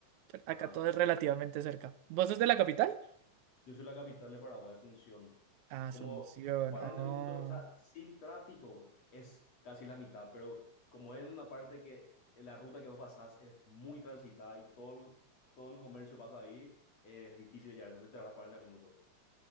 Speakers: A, on the right; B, on the left.
A: Pero Acá
B: Ah,
A: todo es relativamente cerca. ¿Vos sos de la capital?
B: Yo soy la capital de Paraguay, Asunción.
A: Asunción,
B: Como 40
A: oh,
B: minutos, o sea, sin tráfico es casi la mitad, pero como es una parte que la ruta que vos pasás es muy transitada y todo, el- todo el comercio pasa ahí, es difícil de llegar, entonces te tardas 40 minutos.